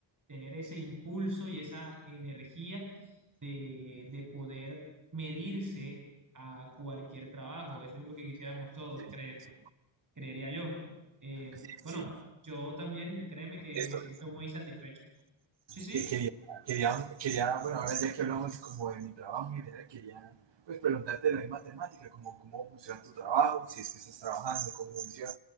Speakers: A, on the right (about 40°); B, on the right (about 60°).
A: tener ese impulso y esa energía de, de poder medirse a cualquier trabajo, eso es lo que quisiéramos todos,
B: Sí,
A: creo
B: sí.
A: creería yo. Eh,
B: Sí,
A: bueno,
B: sí.
A: yo también, créeme que
B: Esto,
A: me siento muy satisfecho. Sí, sí,
B: que quería, quería, quería, bueno, ahora ya que hablamos como de mi trabajo en general, quería pues preguntarte de la misma temática, como cómo funciona tu trabajo, si es que estás trabajando, cómo funciona,